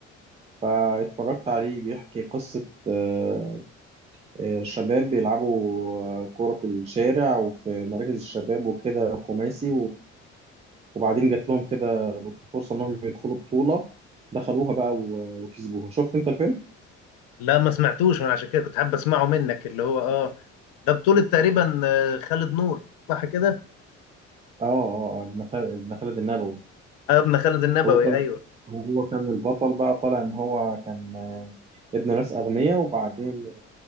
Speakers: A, on the right; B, on the left.
A: فاتفرجت عليه بيحكي قصه آه، آه، شباب بيلعبوا آه، كوره في الشارع وفي مراكز الشباب وكده خماسي وبعدين جات لهم كده بط- فرصه انهم يدخلوا بطوله دخلوها بقى و- وكسبوها شفت انت الفيلم
B: لا ما سمعتوش من عشان كده كنت حابب اسمعه منك اللي هو اه ده بطولة تقريبا آه، خالد نور صح كده
A: اه اه آه، ابن خالد ابن خالد النبوي
B: آه، ابن خالد النبوي
A: هو كان
B: ايوه
A: هو كان البطل بقى طالع ان هو كان آه، ابن ناس اغنياء وبعدين